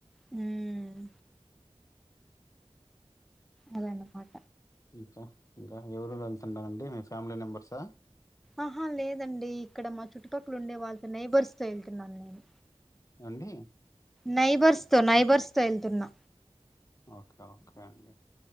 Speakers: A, in the centre; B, on the left.
A: హ్మ్ అదన్నమాట
B: ఇంకా ఇంకా ఎవరు వెళ్తున్నారండి మీ ఫ్యామిలీ మెంబర్సా
A: ఆహా లేదండి ఇక్కడ మా చుట్టుపక్కల ఉండే వాళ్ళతో నైబర్స్ తో వెళ్తున్నాను నేను
B: అండీ
A: నైబర్స్తో నైబర్స్తో ఎళ్తున్నా
B: ఓకే ఓకే అండి